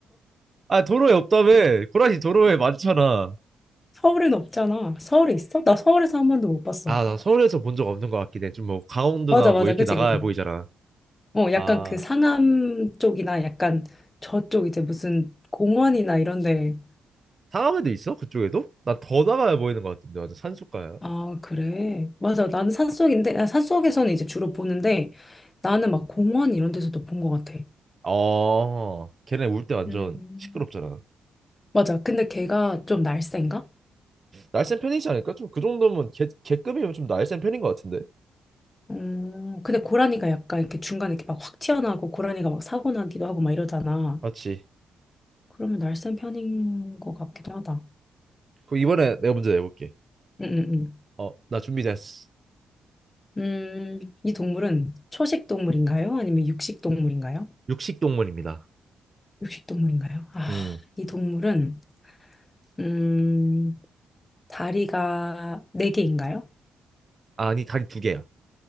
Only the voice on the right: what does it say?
아, 도로에 없다며. 고란이 도로에 많잖아.
아, 나 서울에서 본 적 없는 것 같긴 해. 좀 뭐, 강원도나
뭐,
이렇게
나가야
보이잖아.
아,
상암에도 있어? 그쪽에도? 나 더 나가야 보이는 것 같은데. 완전 산속가야.
어, 걔네 울 때 완전
시끄럽잖아.
날쌘 편이지 않을까? 좀 그 정도면 개, 개급이면 좀 날쌘 편인 것 같은데.
맞지?
그럼 이번에 내가 문제 내볼게.
어, 나 준비됐어.
육식동물입니다.
음.
아니, 다리 두 개야.